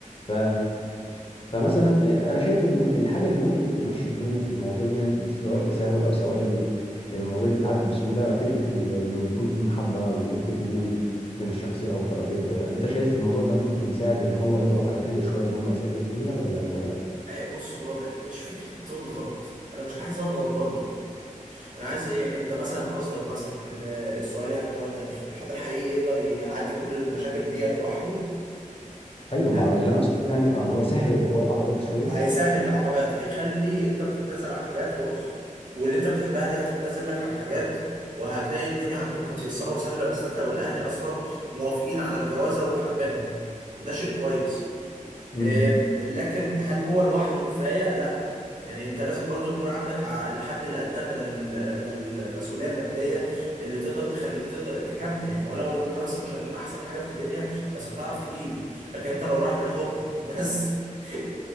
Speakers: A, on the left; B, on the right.
A: ف... فمثلا آه، انا شايف ان الحاجة اللي ممكن تمشي الدنيا في المواضيع دي يعني سواء
B: مم.
A: التساهل او سواء ال- المواضيع دي تعدي بسهولة فكرة ال... انه يكون في محبة او يكون في قبول بين الشخصين او الطرفين وكده انت شايف الموضوع ده ممكن يساعد ان هو يضغط على الاهل شوية ان هم يسهلوا الدنيا ولا لا ولا لا
B: آه، بص هو ب- مش فكرة تضغط انا مش عايز اضغط برضو انا عايز ايه انت مثلا قصدك مثلا ان السؤال يعني بطريقة تانية الحب الحقيقي يقدر يعدي كل المشاكل ديت لوحده
A: ايوه
B: لا
A: ما اللي انا اقصده يعني اه ان هو يسهل العقو- العقبات دي شوية
B: هيسهل العقبات هيخلي انت بتتنازل عن حاجات و... واللي انت بتحبها دي هتتنازل لك عن حاجات وهتلاقي الدنيا عندكم متيسرة وسهلة بالذات لو الاهل اصلا موافقين على الجوازة وحابينها وده شيء كويس
A: امم
B: إم، لكن هل هو لوحده كفاية؟ لا يعني انت لازم برضو يكون عندك ع- الحد الادنى من ال- من المسؤوليه الماديه اللي تقدر تخليك تقدر تكمل يعني ولو انت مثلا مش هتجيب احسن حاجه في الدنيا بس هتعرف تجيب لكن انت لو رايح بالحب بس <laughs>